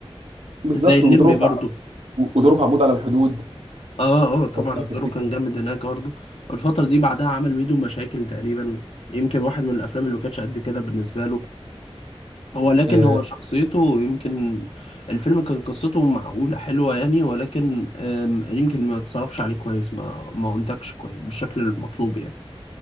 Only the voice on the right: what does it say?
بالظبط
وظروف
ع- وظروف عبود على الحدود
لو لو
تفتكر
آه،